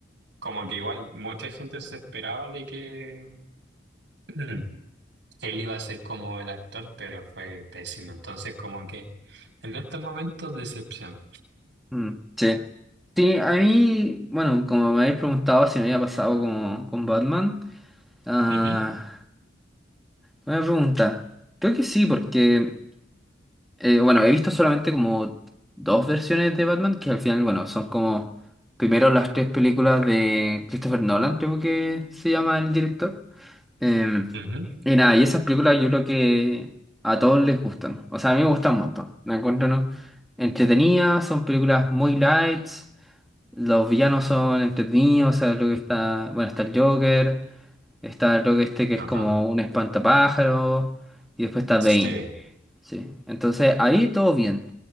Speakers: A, on the right; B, in the centre.
A: como que igual mucha gente se esperaba de que <clears throat> él iba a ser como el actor, pero fue pésimo. Entonces como que en estos momentos decepción.
B: mm, sí. Sí, a mí, bueno, como me habéis preguntado si me había pasado como con Batman, ah,
A: Ujú,
B: buena pregunta. Creo que sí, porque... Eh, bueno, he visto solamente como dos versiones de Batman que al final, bueno, son como primero las tres películas de Christopher Nolan, creo que se llama el director. Eh,
A: ujú,
B: y nada, y esas películas yo creo que a todos les gustan. O sea, a mí me gustan un montón. Me encuentro, ¿no? entretenidas, son películas muy lights, los villanos son entretenidos, o sea, lo que está, bueno, está el Joker, está lo que este que
A: ajá.
B: es como un espantapájaro, y después está
A: Sí,
B: Bane. Sí, entonces ahí todo bien.